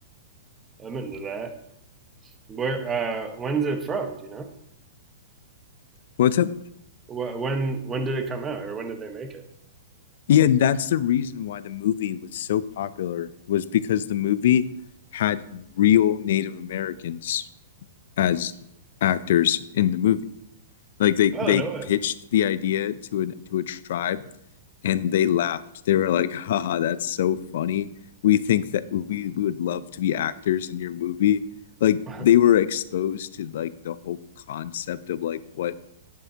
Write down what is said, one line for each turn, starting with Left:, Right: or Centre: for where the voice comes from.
Right: I'm into that. Where? Uh, when's it from? Do you know?
Left: What's up?
Right: Wh- When? When did it come out, or when did they make it?
Left: Yeah, and that's the reason why the movie was so popular was because the movie had real Native Americans as actors in the movie. Like they
Right: Oh
Left: they
Right: no
Left: pitched the idea to an to a tribe and they laughed. They were like, <laughs> "Haha, that's so funny. We think that we, we would love to be actors in your movie." Like
Right: way!
Left: they were exposed to like the whole concept of like what